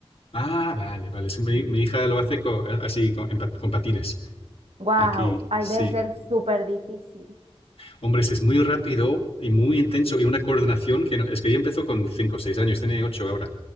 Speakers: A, on the left (about 65°); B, on the right (about 75°).
A: ah, vale, vale. Sí, mi, mi hija lo hace co- eh, así con, en pa- con patines.
B: Wow,
A: Aquí,
B: ay,
A: sí.
B: debe ser súper difícil.
A: Hombre, es muy rápido y muy intenso y una coordinación que no- es que ya empezó con 5 o 6 años, tiene 8 ahora.